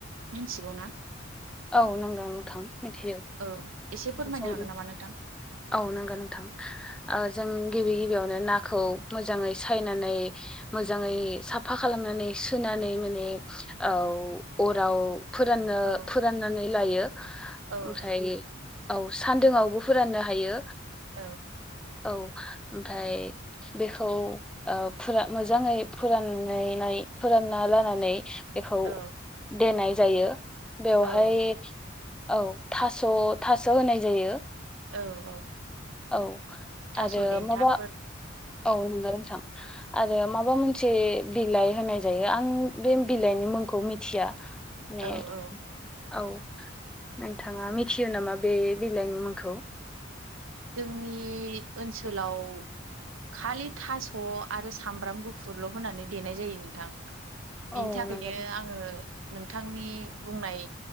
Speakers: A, on the right; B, in the centre.
A: मिथिगौ ना
B: औ नोंगौ नोंथां मिथियो
A: औ एसे फोरमायनो
B: जों
A: हागोन नामा नोंथां
B: औ नंगौ नोंथां ओ जों गिबि गिबियावनो नाखौ मोजाङै सायनानै, मोजाङै साफा खालामनानै सुनानै नानै माने औ अराव फोराननो
A: औ
B: फोराननानै लायो,
A: औ
B: ओमफ्राय
A: नोंथां
B: औ सान्दुंङावबो फोराननो हायो
A: औ
B: औ ओमफ्राय बेखौ ओ मोजाङै फुरानानै फोरानना लानानै बेखौ
A: औ
B: देनाय जायो, बेवहाय
A: औ
B: औ थास' थास' होनाय जायो,
A: औ औ
B: औ
A: थास'
B: आरो
A: देन्थाफोर
B: माबा औ नंगौ नोंथां आरो माबा मोनसे बिलाइ होनाय जायो, आं बे बिलाइनि मुंखौ मिथिया
A: औ
B: <inaudible>
A: औ
B: औ नोंथाङा मिथियो नामा बे बिलाइनि मुंखौ?
A: जोंनि ओनसोलाव खालि थास' आरो सामब्राम गुफुरल' होनानै देनाय जायो नोंथां। बिनि
B: औ
A: थाखायनो
B: नंगौ
A: आङो नोंथांनि बुंनाय